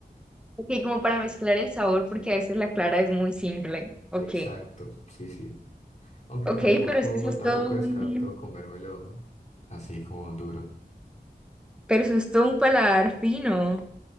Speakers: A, in the centre; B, on the left (about 45°).
A: Ok, como para mezclar el sabor, porque a veces la clara es muy simple. Ok.
B: Exacto, sí, sí. Aunque
A: Ok,
B: tampoco,
A: pero es que eso es
B: tampoco
A: todo un...
B: descarto comérmelo así como duro.
A: Pero eso es todo un paladar fino.